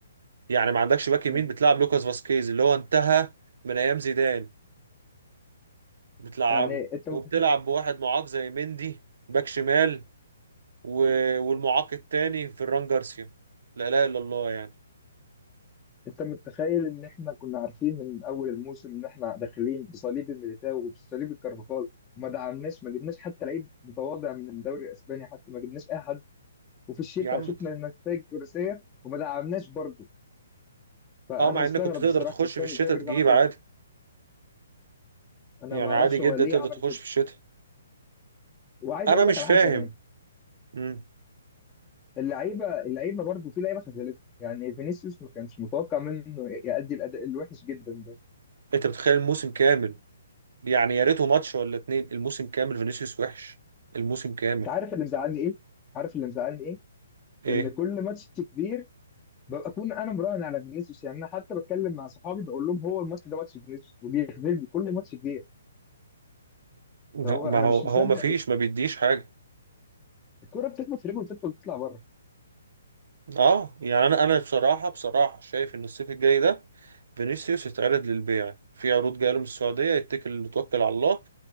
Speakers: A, on the right (about 65°); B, on the left (about 15°).
A: يعني ما عندكش باك يمين
B: مم.
A: بتلعب لوكاس فاسكيز اللي هو انتهى من ايام زيدان بتلعبه
B: يعني انت متخ...
A: وبتلعب بواحد معاق زي مندي باك شمال و... والمعاق التاني فران جارسيا لا لا الا الله يعني
B: انت متخيل ان احنا كنا عارفين من اول الموسم ان احنا داخلين بصليب الميليتاو وبصليب الكارفاخال وما دعمناش ما جبناش حتى لعيب متواضع من الدوري الاسباني حتى ما جبناش اي حد وفي الشتاء
A: يا عم
B: شفنا
A: دي
B: النتائج الكرسيه وما دعمناش برضه فانا
A: اه مع
B: مستغرب
A: انك كنت تقدر
B: بصراحه
A: تخش
B: مش فاهم
A: في الشتاء
B: ازاي بيريز
A: تجيب
B: عمل كده
A: عادي
B: انا
A: يعني
B: ما اعرفش
A: عادي جدا
B: هو ليه
A: تقدر
B: عمل
A: تخش
B: كده
A: في الشتاء
B: وعايز
A: انا
B: اقول
A: مش
B: لك على
A: فاهم
B: حاجه كمان
A: مم.
B: اللعيبه اللعيبه برضه في لعيبه خذلته يعني فينيسيوس ما كانش متوقع منه يأدي الاداء الوحش جدا ده
A: انت بتخيل الموسم كامل يعني يا ريته ماتش ولا اتنين الموسم كامل فينيسيوس وحش الموسم كامل
B: انت عارف اللي مزعلني ايه عارف اللي مزعلني ايه
A: ايه
B: ان كل ماتش كبير ببقى اكون انا مراهن على فينيسيوس يعني انا حتى بتكلم مع صحابي بقول لهم هو الماتش ده ماتش فينيسيوس وبيخذلني كل ماتش كبير
A: لا
B: هو
A: ما
B: انا
A: هو
B: مش
A: هو
B: مصدق
A: ما فيش ما بيديش حاجة
B: الكره بتخبط في رجله وتدخل تطلع بره
A: اه يعني انا انا بصراحه بصراحه شايف ان الصيف الجاي ده فينيسيوس يتعرض للبيع في عروض جايه له من السعوديه يتكل توكل على الله